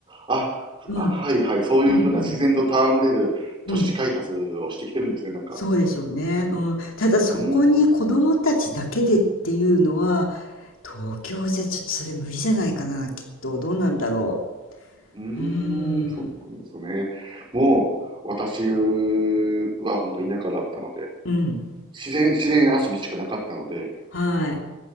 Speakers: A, on the right; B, on the left.
A: あ、
B: うん。
A: あはいはい、
B: うん
A: そういうふうな自然と戯れる都市開発をしてきてるんですね、
B: うんうん。うん、
A: なんか。
B: そうでしょうね。うん。ただそこに子供たちだけでっていうのは、
A: うーん、
B: 東京じゃちょっとそれ無理じゃないかな、きっと。どうなんだろ
A: うーん、
B: う。うーん。
A: そうなんですね。もう、私は本当田舎だったので、
B: うん。
A: 自然、自然遊びしかなかったので、
B: はい。